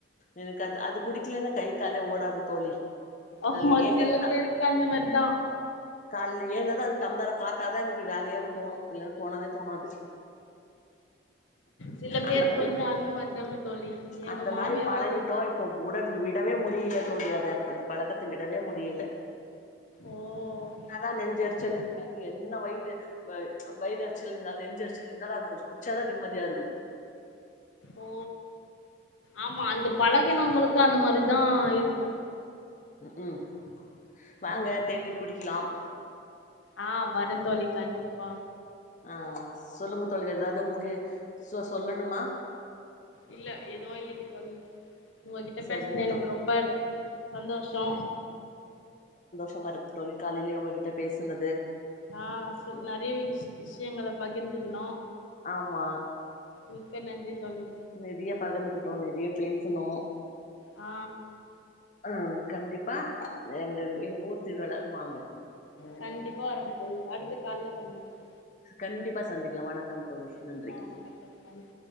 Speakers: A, on the left; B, on the left.
A: எனக்கு அது அது குடிக்லென்னா கை காலே ஓடாது தோழி
B: ஓஹோ
A: கால்ல <unintelligible>
B: சில பேருக்கு அந்த மாரிதா
A: கால்ல ஏந்தாதா அது டம்ளர பாத்தாதா எனக்கு வேலையாவு தோணு இல்லன்னா தோணவே தோணாது
B: சில பேருக்கு
A: அந்த மாரி
B: வந்து அந்த மாரி தாங்க தோழி எங்க
A: அந்த
B: மாமியாரு
A: மாரி
B: அ
A: பழகிட்டோ இப்ப உட விடவே முடி டில தோழி அத அந்தப் பழக்கத்த விடவே முடியல
B: ஓ
A: அதா நெஞ்செரிச்சல்
B: செரிங்க
A: இருக்காது என்ன வயி று வ‌ வயிறு எரிச்சல் இருந்தால் நெஞ்சு எரிச்சல் இருந்தாலு அது கொஞ்சொ குட்ச்சாதா நிம்மதியா இருக்குது
B: ஓ ஆமா அந்த பழகுனவங்களுக்கு அந்த மாரிதா இருக்கு
A: ம் ம் வாங்க
B: ம்
A: தேநீர் குடிக்கலாம்
B: ஆ வரெந்தோழி கண்டிப்பா
A: ஆ சொல்லுங்க தோழி வேற எதாது உங்குக்கு சொ சொல்லணுமா
B: இல்ல எதுவு இல்லைங்க தோழி உங்ககிட்ட
A: சரிங்க
B: பேசுதுல எனக்கு
A: தோ
B: ரொம்ப சந்தோஷொ
A: ஷமா இருக்கு தோழி காலைலெயே உங்க கிட்ட பேசுனது
B: ஆ நெறைய வி விஷ்யங்கள பகிர்ந்துக்குனோ
A: ஆமா
B: மிக்க நன்றி தோழி
A: நிறைய பகிர்ந்து கிட்டோ நிறைய பே சுனோ
B: ஆ
A: ஆ கண்டிப் பா எங்க எங்க ஊர் திருவிழாவுக் வாங்க
B: கண்டிப்பா வர தோழி அடுத்த கால்ல சந்திக்லா
A: கண்டிப்பா சந்திக்லா வணக்கம் தோழி நன்றி
B: ஆ வணக்கம் நன்றி